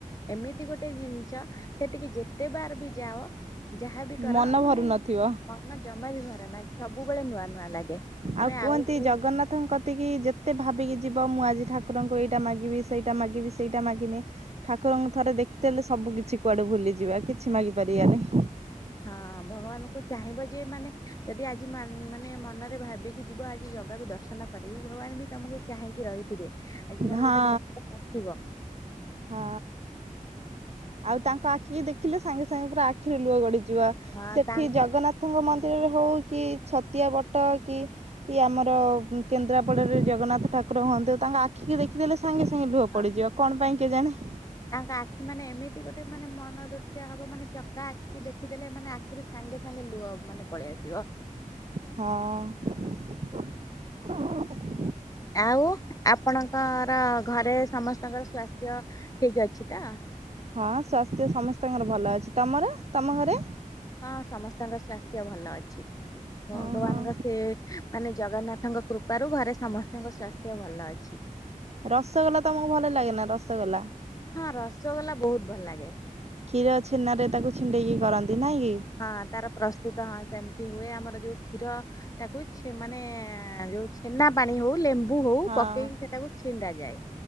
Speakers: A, on the left (about 25°); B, on the right (about 50°).
A: ଏମିତି ଗୋଟେ ଜିନିଷ ସେଠିକି ଯେତେ ବାର ବି ଯାଅ ଯାହାବି କର
B: ମନ
A: ମାନେ
B: ଭରୁ ନଥିବ।
A: ମନ ଜମା ବି ଭରେ ନା ସବୁବେଳେ ନୂଆ ନୂଆ ଲାଗେ। ଆମେ
B: ଆଉ କୁହନ୍ତି
A: କୋଉ
B: ଜଗନ୍ନାଥଙ୍କ ତିକି ଯେତେ ଭାବିକି ଯିବ ମୁଁ ଆଜି ଠାକୁରଙ୍କୁ ଏଇଟା ମାଗିବି, ସେଇଟା ମାଗିବି, ସେଇଟା ମାଗିମି। ଠାକୁରଙ୍କୁ ଥରେ ଦେଖିଦେଲେ ସବୁ କିଛି କୁଆଡୁ ଭୁଲିଯିବା କିଛି ମାଗି ପାରିବାନାହିଁ।
A: ହଁ ଭଗବାନଙ୍କୁୁ ଚାହିଁବ ଯେ ମାନେ ଯଦି ଆଜି ମାନ୍ ମାନେ ମନରେ ଭାବିକି ଯିବ ଆଜି ଜଗାକୁ ଦର୍ଶ ଶନ କରିବି, ଭଗବାନ ବି ତୋମକୁ ଚାହିଁକି ରହିଥିବେ ଆଜି ମୋର
B: ହଁ
A: ଗୋଟେ ଭକ୍ତ ଆସିବ।
B: ହଁ ଆଉ ତାଙ୍କ ଆଖିକି ଦେଖିଲେ ସାଙ୍ଗେ ସାଙ୍ଗେ ପୁରା ଆଖିରେ ଲୁହ ଗଡିଯିବ।
A: ହଁ
B: ସେଠି
A: ତା
B: ଜଗନ୍ନାଥଙ୍କ ମନ୍ଦିରରେ ହଉ କି ଛତିଆ ବଟ କି କି ଆମର କେନ୍ଦ୍ରାପଡାରେ ଜଗନ୍ନାଥ ଠାକୁର ହୁଅନ୍ତୁ, ତାଙ୍କ ଆ ଆଖିକି ଦେଖିଦେଲେ ସାଙ୍ଗେ ସାଙ୍ଗେ ଲୁହ
A: ହଁ
B: ପଡିଯିବ କଣ ପାଇଁ କେଜାଣେ।
A: ତାଙ୍କ ଆଖି ମାନେ ଏମିତି ଗୋଟ ଏତେ ମାନେ ମନ ଦୃଶ୍ୟ ହବ ମାନେ ଚକା ଆଖି ଦେଖିଦେଲେ ମାନେ ଆଖିରୁ ସାଙ୍ଗେ ସାଙ୍ଗେ ଲୁହ ମାନେ ପଳେଇ ଆସିବ।
B: ହଁ।
A: ଆଉ ଆପଣଙ୍କର ଘରେ ସମସ୍ତଙ୍କର ସ୍ୱାସ୍ଥ୍ୟ ଠିକ ଅଛି ତ?
B: ହଁ ସ୍ବାସ୍ଥ୍ୟ ସମସ୍ତଙ୍କର ଭଲ ଅଛି, ତୋମର, ତୋମ ଘରେ?
A: ହଁ ସମସ୍ତଙ୍କ ସ୍ୱାସ୍ଥ୍ୟ ଭଲ ଅଛି, ଭଗବାନଙ୍କ
B: ହଁ ହଁ
A: ସେ ମାନେ ଜଗନ୍ନାଥଙ୍କ କୃପାରୁ ଘରେ ସମସ୍ତଙ୍କ ସ୍ୱାସ୍ଥ୍ୟ ଭଲ ଅଛି।
B: ରସଗୋଲା ତୋମକୁ ଭଲ ଲାଗେନା ରସଗୋଲା?
A: ହଁ ରସଗୋଲା ବହୁତ ଭଲ ଲାଗେ।
B: କ୍ଷୀର ଛେନାରେ ତାକୁ ଛିଣ୍ଡେଇକି କରନ୍ତି ନାଇଁ କି?
A: ହଁ ତାର ପ୍ରସ୍ତୁତ ହଁ ସେମିତି ହୁଏ, ଆମର ଯୋଉ କ୍ଷୀର ତାକୁଇ ଛେ- ମାନେ ଯୋଉ ଛେନା ପାଣି ହଉ ଲେମ୍ ବୁ ହଉ
B: ହଁ
A: ପକେଇକି ସେଟାକୁ ଛିଣ୍ଡା ଯାଏ,